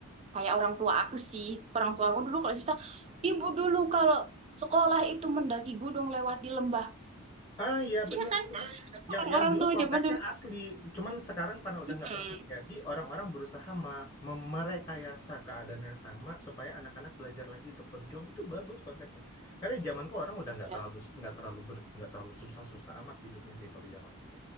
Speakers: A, on the right; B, on the left.
A: kayak orang tua aku sih. Orang tua aku dulu kalau cerita, ibu dulu kalau sekolah itu mendaki gunung lewati lembah.
B: Ah iya bener
A: Iya kan?
B: tuh. Yang
A: Orang-orang
B: yang dulu
A: tua
B: konteksnya
A: zaman dulu.
B: asli, cuman sekarang karena udah
A: Mm-mm.
B: nggak pernah terjadi, orang-orang berusaha me- me- merekayasa keadaan yang sama supaya anak-anak belajar lagi untuk berjuang itu bagus konsepnya. Karena di zamanku orang udah nggak
A: Iya,
B: terlalu nggak terlalu ber- nggak terlalu susah-susah amat hidupnya sih kalau di zamanku.